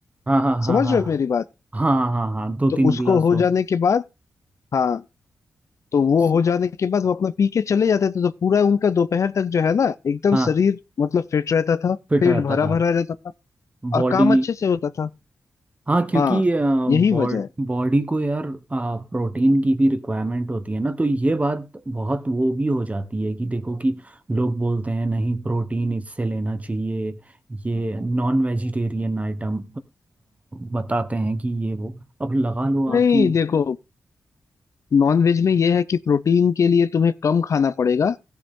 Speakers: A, on the right; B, on the left.
A: हाँ हाँ हाँ
B: समझ
A: हाँ
B: रहे
A: हाँ
B: हो मेरी बात
A: हाँ हाँ हाँ, हाँ, दो
B: तो
A: तीन
B: उसको
A: गिलास
B: हो
A: हो
B: जाने के बाद हाँ तो वो
A: स-
B: हो जाने के बाद वो अपना पी के चले जाते थे तो पूरा उनका दोपहर तक जो है ना एकदम
A: हाँ
B: शरीर मतलब फिट रहता था
A: फिट
B: पेट
A: रहता
B: भरा
A: था
B: भरा रहता था और
A: बॉडी
B: काम अच्छे से होता था
A: हाँ क्योंकि
B: हाँ यही
A: बॉड
B: वजह है
A: बॉडी को यार प्रोटीन की भी रिक्वायरमेंट होती है ना तो ये बात बहुत वो भी हो जाती है कि देखो कि लोग बोलते हैं नहीं प्रोटीन इससे लेना चाहिए ये नॉन वेजिटेरियन आइटम बताते हैं कि ये वो अब लगा लो
B: नहीं
A: आपकी
B: देखो नॉन वेज में ये है कि प्रोटीन के लिए तुम्हें कम खाना पड़ेगा